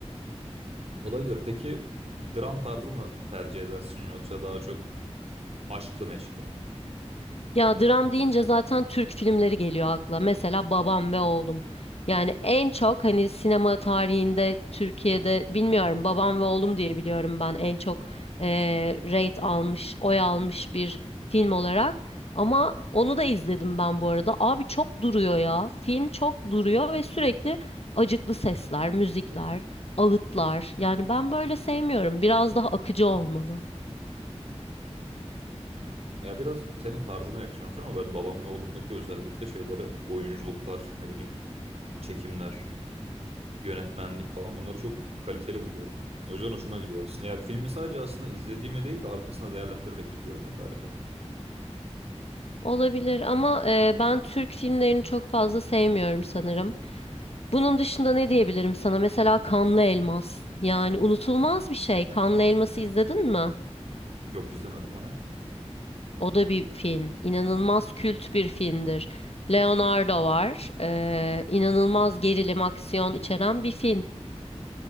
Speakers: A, on the right; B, on the left.
A: Olabilir. Peki dram tarzı mı tercih edersin yoksa daha çok Aşklı meşkli mi?
B: Ya dram deyince zaten Türk filmleri geliyor akla. Mesela Babam ve Oğlum. Yani en çok hani sinema tarihinde Türkiye'de bilmiyorum Babam ve Oğlum diye biliyorum ben en çok eee rate almış, oy almış bir film olarak. Ama onu da izledim ben bu arada. Abi çok duruyor ya. Film çok duruyor ve sürekli acıklı sesler, müzikler, ağıtlar. Yani ben böyle sevmiyorum. Biraz daha akıcı olmalı.
A: Hmm. Ya biraz senin tarzına yakışmamış ama ben babam ve oğlumdaki özellikle şeyleri oyunculuklar, ne bileyim çekimler, yönetmenlik falan bunları çok kaliteli buluyorum. O yüzden hoşuma gidiyor aslında. Ya bir filmi sadece aslında izlediğimi değil de arkasında değerlendirerek izliyorum ben galiba.
B: Olabilir ama e, ben Türk filmlerini çok fazla sevmiyorum sanırım. Bunun dışında ne diyebilirim sana? Mesela Kanlı Elmas. Yani unutulmaz bir şey. Kanlı Elmas'ı izledin mi?
A: Yok izlemedim o ne?
B: O da bir film. İnanılmaz kült bir filmdir. Leonardo var. E, inanılmaz gerilim, aksiyon içeren bir film.